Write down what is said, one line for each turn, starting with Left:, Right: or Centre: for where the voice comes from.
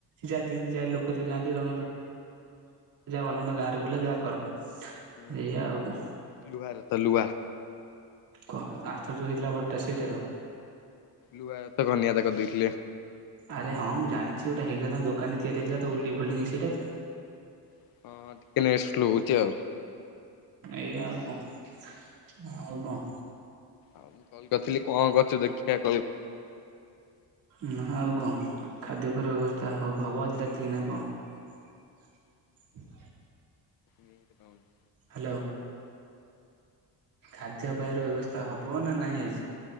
Right: ଯା ଦିଅନ୍ତି ଯାହା ଲୋକ ଯୋଉ ଯାଆନ୍ତ୍। <unintelligible> <unintelligible> ଯାହା ବୁଲାନ୍ତ ଗାଁ ରେ ବୁଲା ଯାହା କର।
Left: ହୁଁ
Right: ଏଇଆ ଆଉ କଣ
Left: ଲୁହା ର ତ ଲୁଆ।
Right: <unintelligible> ଆରଥର ଯୋଉ ହେଇଥିଲା ବଡଟା ସେଇଟା ତ।
Left: ଲୁହା ଜେତକ ଘନିଆ ଦାଦା କରି ଦେଇଥିଲେ।
Right: ଆରେ ହଁ ମୁଁ ଜାଣିଛି ଯୋଉଟା ହେଇଥିଲା ତାଙ୍କ ଦୋକାନରେ ତିଆରି ହେଇଥିଲା। ଓଲ୍ଡିଂ ଫୋଲ୍ଡିଂ ସେଟା ତ
Left: ହଁ ଟିକେ ନେଟ୍ ସ୍ଲୋ ହଉଛି ଆଉ।
Right: ଏୟା ଆଉ କଣ। ଆଉ କଣ?
Left: ଆଉ ମୁଁ କଲ୍ କରିଥିଲି କଣ କରଛୁ ଦେଖିିଆ କହିବୁ?
Right: ନା ଆଉ କଣ ଖାଦ୍ୟପେୟ ର ବ୍ୟବସ୍ତା ହବ ଆଜି ରାତି କି ନା କଣ?
Left: <unintelligible>
Right: ହାଲୋ। ଖାଦ୍ୟପେୟର ବ୍ୟବସ୍ଥା ହବ ନା ନାହିଁ ଆଜି?